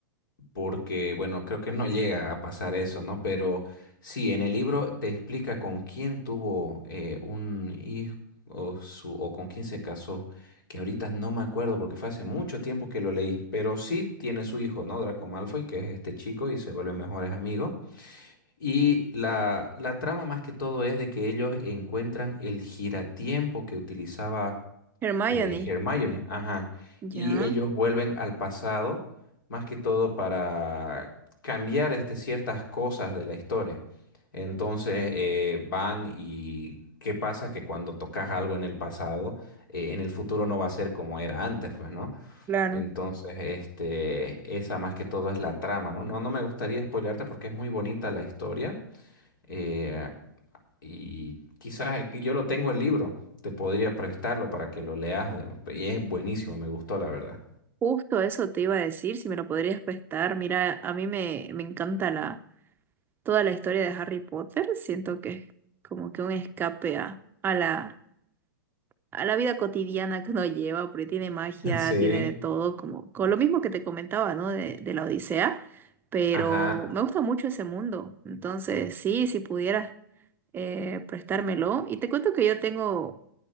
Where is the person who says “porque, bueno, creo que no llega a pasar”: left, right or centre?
Left